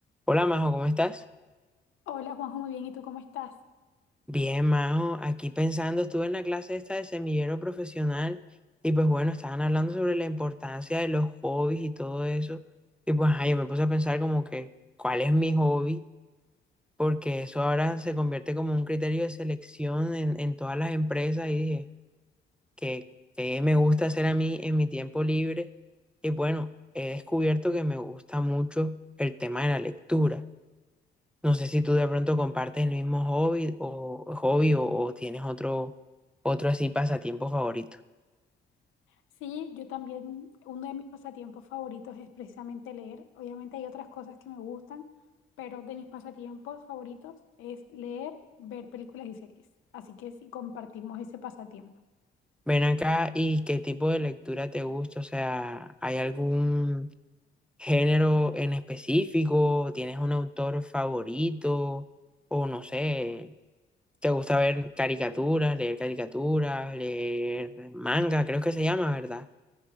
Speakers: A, in the centre; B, on the left.
A: Hola Majo, ¿cómo estás?
B: Hola Juanjo, muy bien. ¿Y tú cómo estás?
A: Bien, Majo, aquí pensando, estuve en la clase esta de semillero profesional y pues bueno, estaban hablando sobre la importancia de los hobbies y todo eso. Y pues ajá, yo me puse a pensar como que, ¿cuál es mi hobby? Porque eso ahora se convierte como un criterio de selección en, en todas las empresas y dije, ¿qué, qué me gusta hacer a mí en mi tiempo libre? Y bueno, he descubierto que me gusta mucho el tema de la lectura. No sé si tú de pronto compartes el mismo hobby o hobby o, o tienes otro, otro así pasatiempo favorito.
B: Sí, yo también, uno de mis pasatiempos favoritos es precisamente leer. Obviamente hay otras cosas que me gustan, pero de mis pasatiempos favoritos es leer, ver películas y series. Así que sí, compartimos ese pasatiempo.
A: Ven acá y qué tipo de lectura te gusta, o sea, ¿hay algún género en específico? ¿Tienes un autor favorito? O no sé, ¿te gusta ver caricaturas, leer caricaturas, leer manga, creo que se llama, ¿verdad?